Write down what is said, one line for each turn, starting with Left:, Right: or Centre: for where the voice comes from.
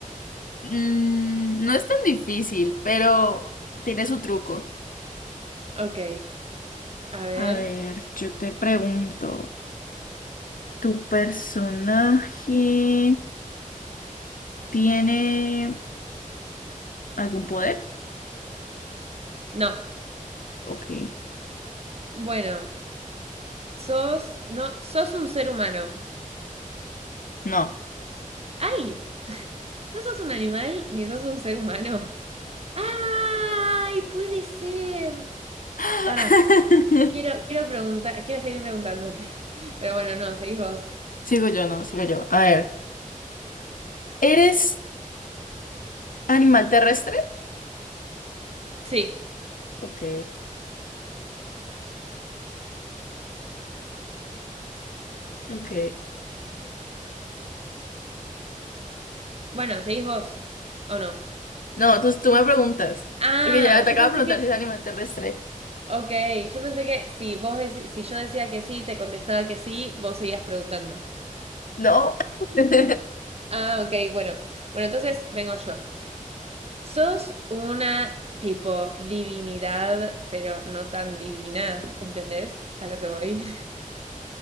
Left: Mm, no es tan difícil, pero tiene su truco.
Right: Ok, a ver.
Left: A ver, yo te pregunto, ¿tu personaje tiene algún poder?
Right: No.
Left: Ok.
Right: Bueno, sos, no, sos un ser humano.
Left: No.
Right: Ay, <laughs> no sos un animal ni sos un ser humano. ¡Ay! Puede ser.
Left: <laughs>
Right: Pará, quiero, quiero preguntar, quiero seguir preguntándote. <laughs> Pero bueno, no, seguís vos.
Left: Sigo yo, no, sigo yo. A ver. ¿Eres animal terrestre?
Right: Sí.
Left: Ok. Ok.
Right: Bueno, seguís vos. ¿O no?
Left: No, entonces tú me preguntas.
Right: Ah,
Left: Porque ya te
Right: yo
Left: acabo
Right: pensé
Left: de preguntar
Right: que.
Left: si es animal terrestre.
Right: Ok, yo pensé que si vos deci- si yo decía que sí, te contestaba que sí, vos seguías preguntando.
Left: No. <laughs>
Right: Ah, ok, bueno. Bueno, entonces vengo yo. Sos una tipo divinidad, pero no tan divina, ¿entendés? A lo que voy.